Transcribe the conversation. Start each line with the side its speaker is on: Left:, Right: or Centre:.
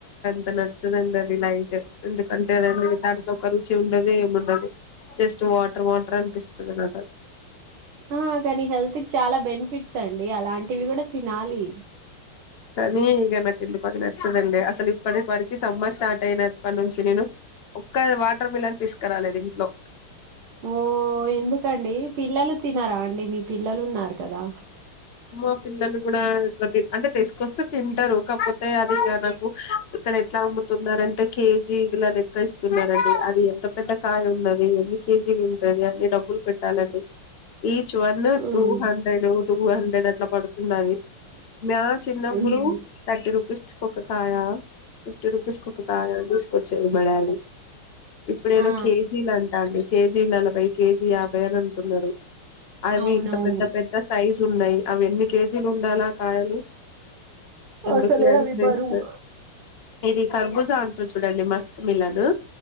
Left: అ నచ్చదండి లైట్ గా ఎందుకంటే అ దాంట్లో ఒక రుచి ఉండదు ఏమిండదు జస్ట్ వాటర్ వాటర్ అనిపిస్తుంది నాకది
Right: ఆ కానీ హెల్త్ కి చాలా బెనిఫిట్ చ్చండి అలాంటివి కూడా తినాలి
Left: కానీ ఇక నాకు ఎందుకు అది నచ్చదండి అసలు ఇప్పటి వరకు సమ్మర్ స్టార్ట్ అయినప్పటి నుంచి నేను ఒక్క వాటర్ మెలన్ తీసుకురాలేదు ఇంట్లో
Right: ఓ ఎందుకండి పిల్లలు తిన్నారా అండి మీ పిల్లలు ఉన్నారు కదా
Left: మా పిల్లలు కూడా అంటే తీసుకొస్తే తింటారు కాకపోతే అది ఇక నాకు ఇక్కడ ఎట్లా అమ్ముతున్న అంటే కేజీలా లెక్క ఇస్తున్నారండి అది ఎంత పెద్ద కాయ ఉన్నది ఎన్ని కేజీలు ఉంటంది అన్ని డబ్బులు పెట్టాలండి ఈ one
Right: hmm.
Left: two Hundred two హ్రె ఇట్లా పడుతుంది అది మా చిన్నప్పుడు
Right: హ్మ్.
Left: తర్టీ రూపీస్ ఒక్క కాయ ఫిఫ్టీ రూపీస్ కి ఒక్క కాయ తీసుకొచ్చేది మ డాడీ ఇప్పుడ ఏదో
Right: ఆ!
Left: కేజీలు అంటా అండి కేజీ నలభై కేజీ యాభై అని అంటున్నారు అవి
Right: అవునవును.
Left: ఇంత పెద్ద పెద్ద సైజు ఉన్నాయి అవి ఎన్ని కేజీలు ఉండాలా కాయలు ఎందుకులే
Right: అసలే
Left: అని
Right: అవి బరువు
Left: వేస్తున్నారు ఇది కర్బూజా ఉంటుంది చూడండి మస్క్ మిలను